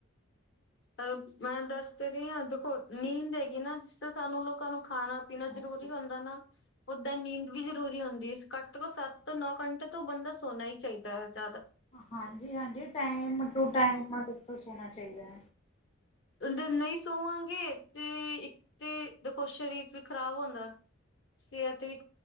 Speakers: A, on the left (about 60°); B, on the left (about 30°).
A: ਹੈਲੋ ਮੈਂ ਦੱਸ ਤੇ ਰੀ ਆ ਦੇਖੋ ਨੀਂਦ ਹੈਗੀ ਨਾ ਜਿਸ ਤੇ ਸਾਨੂੰ ਲੋਕਾਂ ਨੂੰ ਖਾਣਾ-ਪੀਣਾ
B: ਹਾਂਜੀ
A: ਜਰੂਰੀ ਹੁੰਦਾ ਨਾ। ਓਦਾਂ ਨੀਂਦ ਵੀ ਜ਼ਰੂਰੀ ਹੁੰਦੀ ਏ ਘੱਟ ਤੋਂ ਘੱਟ ਸੱਤ ਤੋਂ ਨੌ ਘੰਟੇ ਤੋਂ ਬੰਦਾ ਸੋਣਾ ਹੀ ਚਾਈਦਾ ਜਾਦਾ
B: ਹਾਂਜੀ-ਹਾਂਜੀ ਟਾਈਮ ਟੂ ਟਾਈਮ ਅਧਿਕਤਰ ਸੌਣਾ ਚਾਈਦਾ।
A: ਦੇ ਨਈ ਸੋਵਾਂਗੇ ਤੇ ਇੱਕ ਤੇ ਵੇਖੋ ਸ਼ਰੀਰ ਵੀ ਖ਼ਰਾਬ ਹੁੰਦਾ। ਸਿਹਤ ਵੀ